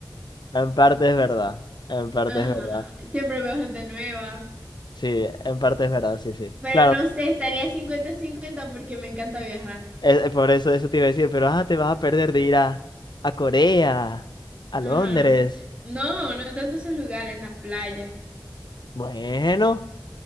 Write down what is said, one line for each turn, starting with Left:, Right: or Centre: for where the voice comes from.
Left: En parte es verdad, en parte
Right: Ajá,
Left: es verdad.
Right: siempre veo gente nueva.
Left: Sí, en parte es verdad, sí, sí.
Right: Pero
Left: Claro.
Right: no sé, estaría 50-50 porque me encanta viajar.
Left: Eh, eh, por eso, eso te iba a decir, pero ah, te vas a perder de ir a, a Corea, a Londres.
Right: Ajá. No, no tanto esos lugares, las playas.
Left: Bueno,